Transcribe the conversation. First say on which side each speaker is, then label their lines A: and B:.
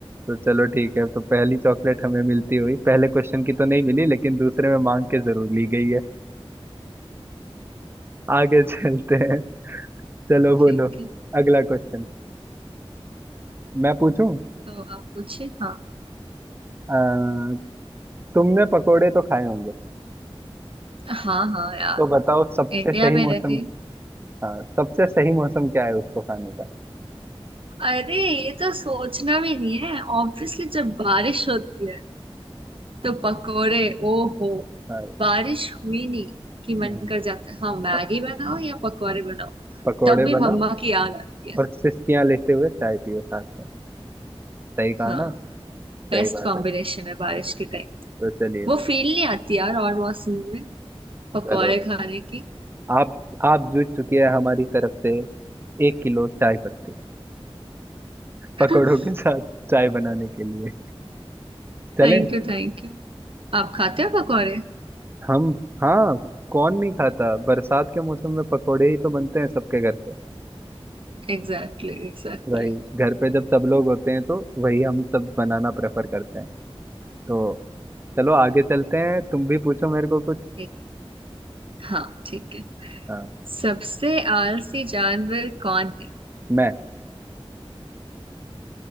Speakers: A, on the right; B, on the right.
A: तो चलो ठीक है तो पहली चॉकलेट हमें मिलती हुई पहले क्वेश्चन की तो नहीं मिली लेकिन दूसरे में मांग के जरूर ली गई है आगे <laughs> चलते हैं चलो
B: ठीक
A: बोलो
B: है
A: अगला क्वेश्चन मैं पूछूं
B: तो आप पूछे हाँ
A: अ, तुमने पकोड़े तो खाए होंगे
B: हाँ हाँ यार
A: तो बताओ सबसे
B: इंडिया
A: सही
B: में
A: मौसम
B: रहे
A: हाँ सबसे सही मौसम क्या है उसको खाने का
B: अरे ये तो सोचना भी नहीं है ऑब्वियसली जब बारिश होती है तो पकोड़े ओहो
A: हाँ
B: बारिश हुई नहीं कि मन
A: हम्म,
B: कर जाता है हाँ मैगी
A: प-
B: बनाओ या पकोड़े बनाओ
A: पकोड़े
B: तब भी
A: बनाओ
B: मम्मा की याद आती है
A: और सिसकियां लेते हुए चाय पियो साथ में सही कहा
B: हाँ,
A: ना
B: बेस्ट
A: सही बात
B: कॉम्बिनेशन
A: है
B: है बारिश के टाइम
A: तो चलिए
B: वो फील नहीं आती यार और मौसमों में पकौड़े
A: चलो
B: खाने की
A: आप आप जीत चुकी है हमारी तरफ से एक किलो चाय पत्ती
B: <laughs>
A: पकौड़ों के साथ चाय बनाने के लिए चले
B: Thank you thank you आप खाते हो पकौड़े
A: हम हाँ कौन नहीं खाता बरसात के मौसम में पकोड़े ही तो बनते हैं सबके घर पे
B: Exactly exactly
A: वही घर पे जब सब लोग होते हैं तो वही हम सब बनाना प्रेफर करते हैं तो चलो आगे चलते हैं तुम भी पूछो मेरे को कुछ
B: ठीक है हाँ ठीक है
A: हाँ
B: सबसे आलसी जानवर कौन है
A: मैं